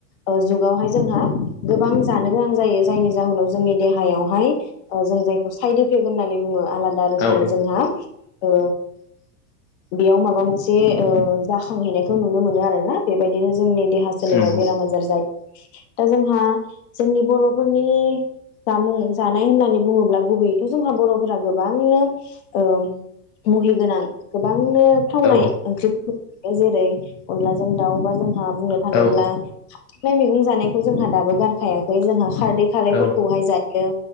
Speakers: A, on the left (about 45°); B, on the left (about 30°).
A: ओ जुगावहाय जोंहा गोबां जानो गोनां जायो जायनि जाहोनाव जोंनि देहायावहाय ओ जों जायखौ साइद इफेक्ट होननानै बुङो आलादा दा रोखोमै
B: औ औ
A: जोंहा ओ बेयाव माबा मोनसे ओ जाखांहैनायखौ नुनो मोनो आरोना बेबायदिनो जोंनि देहा सोलेराव
B: नंगौ
A: बेराम आजार जायो। दा जोंहा जोंनि बर'फोरनि जामुं जानाय होन्नानै बुङोब्ला गुबैयैथ जोंहा बर'फोरा गोबांनो ओ मुहिगोनां गोबांनो थावनाय
B: औ
A: ओंख्रिफोरखौ जाखायो। जेरै अनलाजों दाउ बा जों जोंहा‌ बुंनो थाङोब्ला
B: औ
A: <unintelligible> मैगं जानायखौ जोंहा दाबो गारखायाखै जोंहा खारदै खारैफोर
B: औ
A: जायो